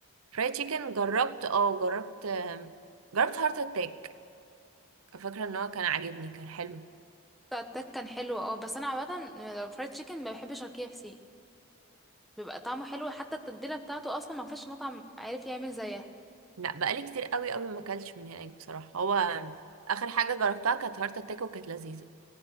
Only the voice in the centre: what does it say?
التك كان حلو اه بس انا عامة لو فرايد تشيكن ما بحبش الكي اف سي بيبقى طعمه حلو حتى التتبيلة بتاعته أصلا ما فيش مطعم عارف يعمل زيها